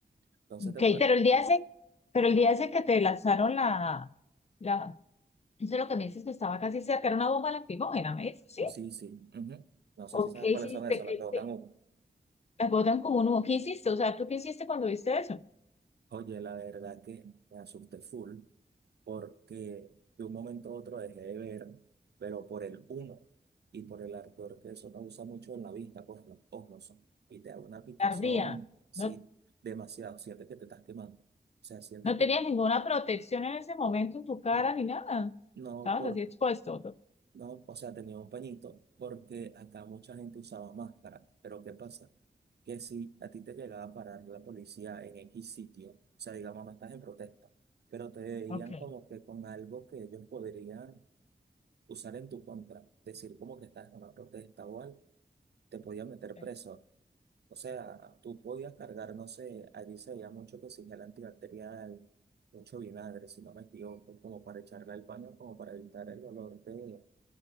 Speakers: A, on the right; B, on the left.
A: Entonces
B: Okay,
A: te podrán...
B: pero el día ese, pero el día ese que te lanzaron la, la, eso es lo que me dices que estaba casi cerca, era una bomba lacrimógena, ¿me dices? Sí.
A: Sí, sí. ujú. No sé
B: ¿O
A: si sabes
B: qué
A: cuáles
B: hiciste?
A: son esas,
B: ¿Qué
A: las que botan
B: te,
A: humo.
B: las botan como un humo? ¿Qué hiciste? O sea, ¿tú qué hiciste cuando viste eso?
A: Oye, la verdad que me asusté full porque de un momento a otro dejé de ver, pero por el humo y por el ardor que eso causa mucho en la vista, pues los ojos son. Y te da una picazón,
B: Tardía.
A: sí,
B: No,
A: demasiado. Sientes que te estás quemando. O sea, sientes
B: no
A: que
B: tenías ninguna protección en ese momento en tu cara
A: mm,
B: ni nada.
A: no,
B: Estabas
A: por
B: así expuesto.
A: No, o sea, tenía un pañito, porque acá mucha gente usaba máscara. Pero ¿qué pasa? Que si a ti te llegaba a parar la policía en X sitio, o sea, digamos, no estás en protesta, pero te veían
B: Okay.
A: como que con algo que ellos podrían usar en tu contra, decir como que estás en una protesta o algo, te podían meter
B: Okay.
A: preso. O sea, tú podías cargar, no sé, allí se veía mucho que si gel antibacterial, mucho vinagre, si no me equivoco, como para echarle al paño, como para evitar el olor de,